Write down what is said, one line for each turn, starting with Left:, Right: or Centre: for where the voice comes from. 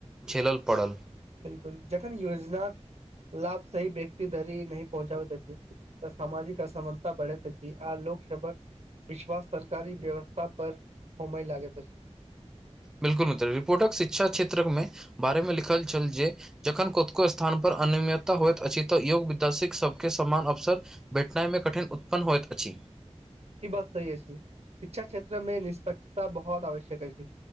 Centre: झेलल पड़ल।
Right: बिल्कूल जखन योजनाक। लाभ सही व्यक्ति धरि न पहुँचाबै तऽ छै। तऽ सामाजिक असमलता बढ़ैत त छी आ लोक सभक विश्वास सरकारी व्यवस्था पर होमइ लागे त छै।
Centre: बिल्कुल मित्र रिपोर्टक, शिक्षा क्षेत्र मे बारे मे लिखल छल जे। जखन कतको स्थान पर अनियमितता होयइत अछि तऽ योग विद्यासिक सभके समान अवसर। भेटनाइमे कठिन उत्पन्न होइत अछी
Right: ई बात सही अछि छै। शिक्षा क्षेत्र में निष्पक्षता बहुत आवश्यक छै।